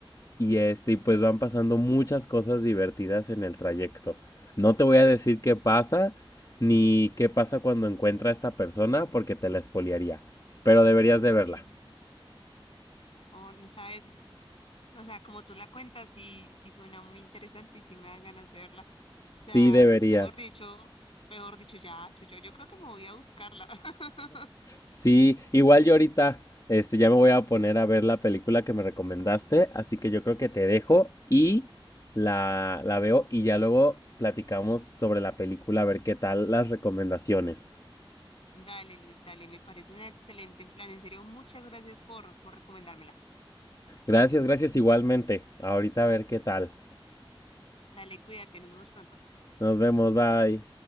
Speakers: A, on the left; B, on the left.
A: y este, y pues van pasando muchas cosas divertidas en el trayecto. No te voy a decir qué pasa, ni qué pasa cuando encuentra a esta persona, porque te la espoliaría. Pero deberías de verla.
B: qué- Oh, no sabes, O sea, como tú la cuentas, sí, sí suena muy interesante y sí me dan ganas de verla. O
A: Sí,
B: sea,
A: deberías.
B: mejor dicho, mejor dicho, ya, yo, yo, yo creo que me voy a buscarla. <laughs>
A: Sí, igual yo ahorita, este, ya me voy a poner a ver la película que me recomendaste, así que yo creo que te dejo y la, la veo y ya luego platicamos sobre la película, a ver qué tal las recomendaciones.
B: Dale, Luis, dale, me parece un excelente plan. En serio, muchas gracias por, por recomendármela.
A: Gracias, gracias igualmente. Ahorita a ver qué tal.
B: Dale, cuídate, nos vemos pronto.
A: Nos vemos, bye.